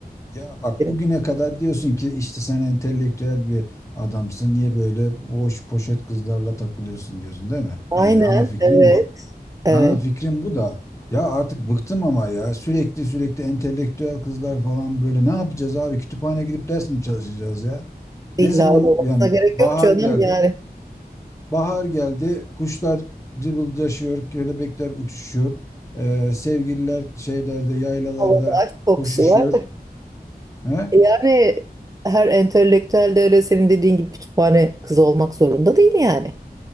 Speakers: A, on the left; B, on the right.
A: Ya bak
B: Evet.
A: bugüne kadar diyorsun ki işte sen entelektüel bir adamsın. Niye böyle boş poşet kızlarla takılıyorsun diyorsun değil mi?
B: Aynen,
A: Yani ana fikrim
B: evet,
A: bu.
B: evet.
A: Ana fikrim bu da ya artık bıktım ama ya sürekli sürekli entelektüel kızlar falan böyle ne yapacağız abi? Kütüphane gidip ders mi çalışacağız ya?
B: İlla
A: Ne zaman
B: öyle olmasına
A: yani
B: gerek
A: bahar
B: yok canım.
A: geldi.
B: Yani
A: Bahar geldi. Kuşlar cıvıldaşıyor, kelebekler uçuşuyor. Ee, sevgililer şeylerde, yaylalarda
B: havada aşk kokusu
A: koşuşuyor.
B: var.
A: He?
B: Yani her entelektüel de öyle senin dediğin gibi kütüphane kızı olmak zorunda değil yani.